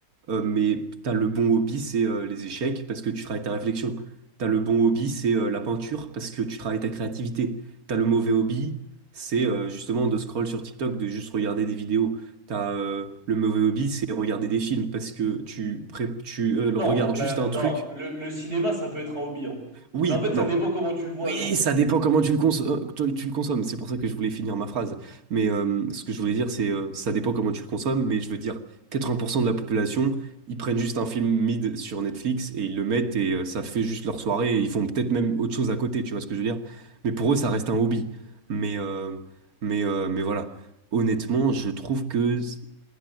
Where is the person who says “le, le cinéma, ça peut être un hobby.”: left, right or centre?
Right